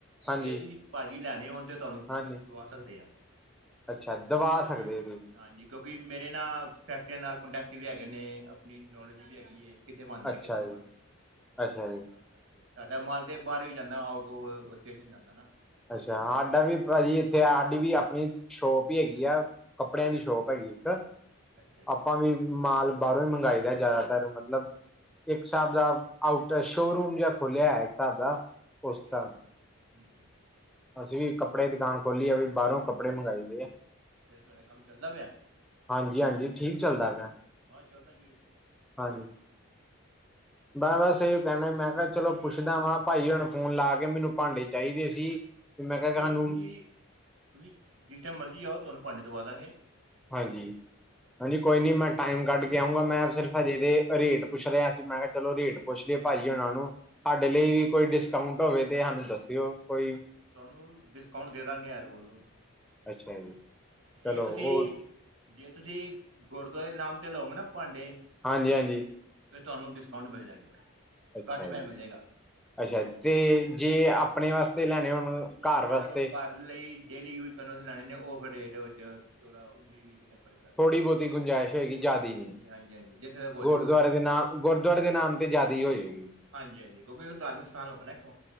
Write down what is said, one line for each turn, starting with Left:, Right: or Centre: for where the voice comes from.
Centre: ਹਾਂਜੀ
Right: ਜੇ ਤੁਸੀਂ ਭਾਜੀ ਲੈਣੇ ਹੋਣ ਤੇ ਤੁਹਾਨੂੰ
Centre: ਹਾਂਜੀ
Right: ਅਸੀਂ ਦਵਾ ਸਕਦੇ ਹਾਂ
Centre: ਅੱਛਾ ਦਵਾ
Right: ਕਿਉਂਕਿ
Centre: ਸਕਦੇ ਤੁਸੀਂ
Right: ਹਾਂਜੀ ਕਿਉਂਕਿ ਮੇਰੇ ਨਾਲ ਫੈਕਟਰੀਆਂ ਨਾਲ ਕੰਟੈਕਟ ਵੀ ਹੈਗੇ ਨੇ ਆਪਣੀ ਨੌਲੇਜ ਵੀ ਹੈਗੀ ਹੈ ਕਿਤੇ ਬਣਦਾ
Centre: ਅੱਛਾ
Right: ਕਿਤੇ ਨੀ
Centre: ਜੀ
Right: ਬਣਦਾ
Centre: ਅੱਛਾ
Right: ਹੋਰ
Centre: ਜੀ
Right: ਤਾਂ ਸਾਡਾ ਮਾਲ ਤੇ ਬਾਹਰ ਵੀ ਜਾਂਦਾ ਆਊਟ ਉਫ ਸਟੇਸ਼ਨ ਜਾਂਦਾ ਨਾ
Centre: ਅੱਛਾ ਸਾਡਾ ਵੀ ਭਾਜੀ ਇੱਥੇ ਸਾਡੀ ਵੀ ਆਪਣੀ ਸ਼ੋਪ ਹੀ ਹੈਗੀ ਆ ਕੱਪੜਿਆਂ
Right: ਅੱਛਾ
Centre: ਦੀ ਸ਼ੋਕ
Right: ਜੀ
Centre: ਹੈਗੀ ਇੱਕ
Right: ਅੱਛਾ ਜੀ
Centre: ਆਪਾਂ ਵੀ ਮਾਲ ਬਾਹਰੋਂ ਹੀ ਮੰਗਾਈ ਦਾ ਜ਼ਿਆਦਾਤਰ ਮਤਲਬ ਇੱਕ ਸਾਹਬ ਦਾ ਆਊਟਰ ਸ਼ੋਰੂਮ ਜਿਆ ਖੁਲਿਆ ਹੈ ਸਾਬ ਦਾ ਉਸ
Right: ਅੱਛਾ
Centre: ਤਾਂ
Right: ਹਮ
Centre: ਅਸੀਂ ਵੀ ਕੱਪੜੇ ਦੁਕਾਨ ਖੋਲੀ ਆ ਵੀ ਬਾਹਰੋਂ ਕੱਪੜੇ ਮੰਗਏ ਦੇ ਆ
Right: ਫਰ ਤੁਹਾਡਾ ਕੰਮ ਚੱਲਦਾ ਪਿਆ
Centre: ਹਾਂਜੀ ਹਾਂਜੀ ਠੀਕ ਚੱਲਦਾ ਪਿਆ
Right: ਹਾਂ ਚੱਲਦਾਂਗੇ।
Centre: ਹਾਂਜੀ। ਬਸ ਬਸ ਏਹੀ ਕਹਿਣਾ ਸੀ। ਮੈਂ ਕਿਹਾ ਚਲੋ
Right: ਤੇ
Centre: ਪੁੱਛਦਾ ਵਾਂ ਭਾਈ ਜੀ ਨੂੰ ਫੋਨ ਲਾ ਕੇ, ਮੈਨੂੰ ਭਾਂਡੇ ਚਾਹੀਦੇ ਸੀ ਤੇ ਮੈਂ
Right: ਹਾਂਜੀ
Centre: ਕਿਹਾ
Right: ਹਾਂਜੀ,
Centre: ਸਾਨੂੰ
Right: ਤੁਸੀ ਤੁਸੀ ਜਿਸ ਟਾਈਮ ਮਰਜ਼ੀ ਆਓ, ਤੁਹਾਨੂੰ ਭਾਂਡੇ ਦਵਾ ਦਾਂਗੇ।
Centre: ਹਾਂਜੀ। ਹਾਂਜੀ ਕੋਈ ਨੀ ਮੈਂ ਟਾਈਮ ਕੱਢ ਕੇ ਆਊਂਗਾ, ਮੈਂ ਸਿਰਫ ਹਜੇ ਏਦੇ ਰੇਟ ਪੁੱਛ ਰਿਹਾ ਸੀ, ਮੈਂ ਕਿਹਾ ਚਲੋ ਰੇਟ ਪੁੱਛ ਲਿਔ ਭਾੱ ਜੀ ਉਹਨਾਂ ਨੂੰ, ਸਾਡੇ ਲਈ ਵੀ ਕੋਈ ਡਿਸਕਾਊਂਟ ਹੋਵੇ ਤੇ ਸਾਨੂੰ ਦੱਸਿਓ, ਕੋਈ
Right: ਤੁਹਾਨੂੰ ਡਿਸਕਾਊਂਟ ਦੇ ਦਾਂਗੇ ਯਾਰ ਬੋਲੋ
Centre: ਅੱਛਾ ਜੀ
Right: ਜੇ
Centre: ਚਲੋ
Right: ਤੁਸੀਂ
Centre: ਉਹ
Right: ਜੇ ਤੁਸੀਂ ਗੁਰਦੁਆਰੇ ਨਾਮ ਤੇ ਲਓਗੇ ਨਾ ਭਾਂਡੇ
Centre: ਹਾਂਜੀ ਹਾਂਜੀ
Right: ਫੇਰ ਤੁਹਾਨੂੰ ਡਿਸਕਾਊਂਟ ਮਿਲ ਜਾਏਗਾ
Centre: ਅੱਛਾ
Right: ਘੱਟ ਪੈਸੇ
Centre: ਜੀ
Right: ਮਿਲ ਜਾਏਗਾ
Centre: ਅੱਛਾ ਤੇ ਜੇ ਆਪਣੇ ਵਾਸਤੇ ਲੈਣੇ ਹੋਣ
Right: ਜ
Centre: ਘਰ
Right: ਮੰਨ
Centre: ਵਾਸਤੇ
Right: ਲਓ ਘਰ ਲਈ ਡੇਲੀ ਯੂਜ ਕਰਨ ਵਾਸਤੇ ਲਣੇ ਨੇ ਉਹ ਫਿਰ ਰੇਟ ਵਿੱਚ ਥੋੜਾ ਉੱਨੀ ਵੀ ਕਿੱਦਾਂ ਫਰਕ ਕਰਦੇਹਾ
Centre: ਥੋੜ੍ਹੀ ਬਹੁਤੀ ਗੁੰਜਾਇਸ਼ ਹੋਏਗੀ ਜ਼ਿਆਦੀ
Right: ਹਾਂਜੀ
Centre: ਨੀ
Right: ਹਾਂਜੀ ਹਾਂਜੀ ਹਾਂਜੀ ਜਿੱਥੇ ਦਾ ਕੋਲ
Centre: ਗੁਰਦੁਆਰੇ
Right: ਸੀ
Centre: ਨਾਮ ਗੁਰਦੁਆਰੇ ਦੇ ਨਾਮ ਤੇ ਜ਼ਿਆਦਾ ਹੋਏਗੀ
Right: ਹਾਂਜੀ ਹਾਂਜੀ ਕਿਉਕਿ ਧਾਰਮਿਕ ਸਥਾਨ ਹੋਵੇ ਨਾ ਇੱਕੋ